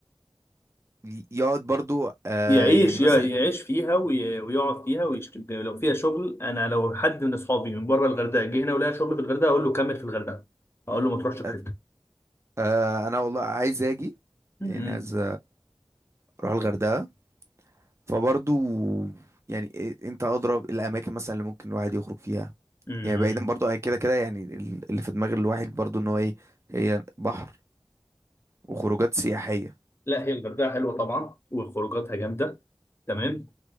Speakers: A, on the right; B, on the left.
A: ي- يقعد برضو آه
B: يعيش
A: يعني
B: يع-
A: مثلا
B: يعيش فيها وي- ويقعد فيها ويشت... لو فيها شغل انا لو حد من اصحابي من بره الغردقه جه هنا ولقى شغل في الغردقه اقول له كمل في الغردقه اقول له ما تروحش في
A: أنت-
B: حته
A: آه انا والله عايز اجي
B: امم
A: يعني عايز اروح الغردقة فبرضو يعني إيه- انت ادرى الاماكن مثلا اللي ممكن الواحد يخرج فيها
B: أمم.
A: يعني بعيدا برضو عن كده كده يعني ال- اللي في دماغ الواحد برضو ان هو ايه هي بحر وخروجات سياحية
B: لا هي الغردقه حلوه طبعا وخروجاتها جامده تمام